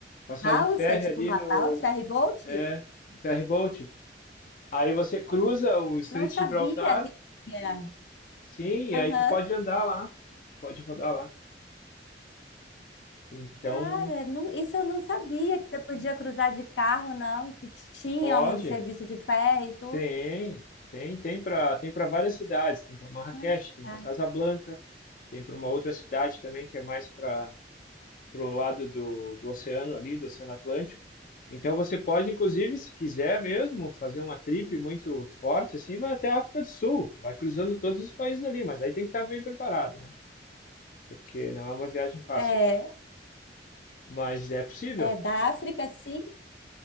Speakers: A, on the left (about 50°); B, on the left (about 75°).
A: passar
B: Balsa,
A: de ferry
B: tipo
A: ali
B: uma
A: no,
B: balsa, ferry boat?
A: é, ferry boat. Aí você cruza o Estreito
B: Não sabia
A: de Gibraltar,
B: que tinha.
A: sim, e
B: Aham.
A: aí tu pode andar lá, pode rodar lá. Então,
B: Cara, não- isso eu não sabia que você podia cruzar de carro, não, que tinha
A: Pode,
B: um serviço de ferro e tudo.
A: tem, tem, tem para tem para várias cidades, tem para Marrakech,
B: né?
A: tem
B: Tá.
A: para Casablanca, tem para uma outra cidade também que é mais para o lado do, do oceano ali, do Oceano Atlântico. Então você pode, inclusive, se quiser mesmo, fazer uma trip muito forte, assim, vai até a África do Sul, vai cruzando todos os países ali, mas aí tem que estar bem preparado, né? Porque não é uma viagem fácil
B: É,
A: e tal. Mas é possível.
B: é da África, sim.